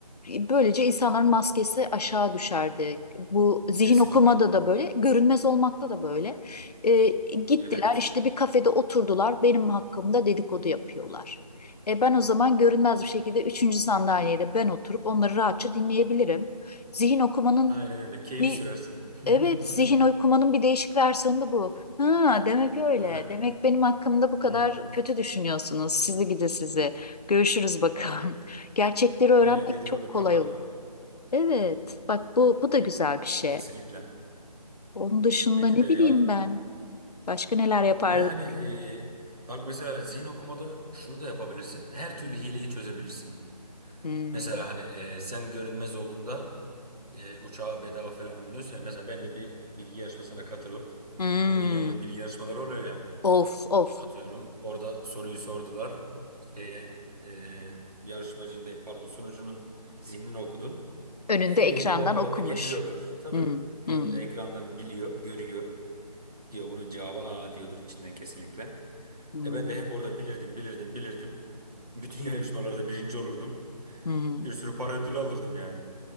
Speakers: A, on the left; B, on the right.
A: böylece insanların maskesi aşağı düşerdi. Bu zihin
B: Kesinlikle.
A: okumada da böyle, görünmez olmakta da böyle. E, gittiler
B: Evet.
A: işte bir kafede oturdular, benim hakkımda dedikodu yapıyorlar. E, ben o zaman görünmez bir şekilde üçüncü sandalyede ben oturup onları rahatça dinleyebilirim. Zihin okumanın
B: Aynen öyle. Keyif
A: bir
B: sürersin.
A: Evet,
B: <laughs>
A: zihin okumanın bir değişik versiyonu da bu. Ha, demek öyle.
B: Tabii.
A: Demek benim hakkımda bu kadar
B: Hmm,
A: kötü düşünüyorsunuz. Sizi gidi sizi. Görüşürüz bakalım.
B: aynen.
A: <laughs> Gerçekleri öğrenmek
B: Aynen dedikodunu
A: çok kolay
B: yaparlar.
A: olur. Evet, bak bu bu da güzel bir şey.
B: Kesinlikle.
A: Onun dışında
B: Tabii
A: ne
B: ki de ya.
A: bileyim ben. Başka neler yapardık?
B: Ve hani e, bak mesela zihin okumada şunu da yapabilirsin. Her türlü hileyi çözebilirsin.
A: Hmm.
B: Mesela hani e, sen görünmez olduğunda e, uçağa bedava falan biniyorsun ya. Mesela ben de bir bilgi yarışmasına katılıp
A: Hmm.
B: bu milyonluk bilgi yarışmaları oluyor ya.
A: Of of.
B: Atıyorum orada soruyu sordular. Şeye, e, yarışmacının değil pardon sunucunun zihnini okudun.
A: Önünde
B: E, Eminim
A: ekrandan
B: o
A: okumuş.
B: arada geçiriyordur. Tabii
A: Hmm.
B: önünde
A: Hmm.
B: ekrandan biliyor, görüyor. Diyor bunun cevabı A diyordur içinden kesinlikle.
A: Hmm.
B: E ben de hep orada bilirdim, bilirdim, bilirdim. Bütün <laughs> yarışmalarda birinci olurdum.
A: Hmm.
B: Bir sürü para ödülü alırdım yani.